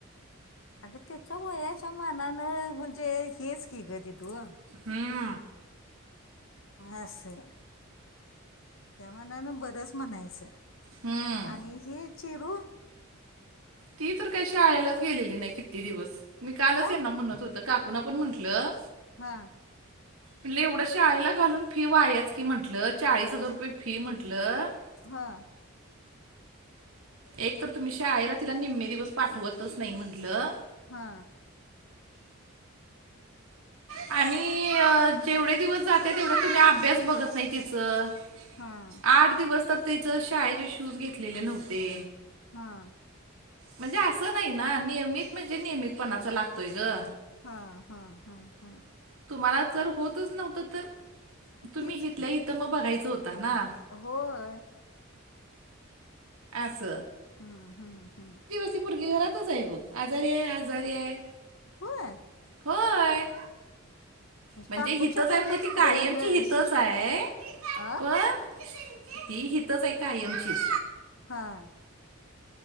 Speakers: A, on the left; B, on the right.
A: अगं त्याच्या वयाच्या मानानं म्हणजे हेच की ग दिदु
B: हम्म.
A: असं आहे. त्या मानानं बरच म्हणायचं.
B: हम्म
A: आणि ही चिरू
B: ती तर काही शाळेलाच गेलेली नाही किती दिवस. मी कालच
A: का
B: यांना म्हणत होतं काकूंना पण म्हंटलं
A: हा.
B: म्हंटल एवढं शाळेला घालून फी वायाच की म्हंटल, चाळीस हजार रुपये फी म्हंटलं.
A: हा.
B: एक तर तुम्ही शाळेला तिला निम्मे दिवस पाठवतच नाही म्हंटलं.
A: हा.
B: आणि जेवढे दिवस जाते, तेवढं तुम्ही अभ्यास बघत नाही तिचं.
A: हां.
B: आठ दिवस तर तिच शाळेचे शूज घेतलेले नव्हते.
A: हा.
B: म्हणजे असं नाही ना, नियमित म्हणजे नियमितपणाचा लागतोय ग.
A: हा हा हा..
B: तुम्हाला जर होतच नव्हतं तर तुम्ही
A: तेच
B: इथल्या
A: की.
B: हितं बघायचं होतं ना.
A: होय!
B: आच.
A: हम्म हम्म हम्म.
B: ती पोरगी घरातच आहे बघ, आजारी आहे आजारी आहे.
A: होय.
B: होय. म्हणजे
A: काकूंच्यात
B: हितच आहे, म्हणजे
A: का
B: ती
A: तिकडं
B: कायमची
A: न
B: हितच
A: सिस्टर
B: आहे
A: आ?
B: पण. ती हितच आहे, कायमचीच.
A: हां.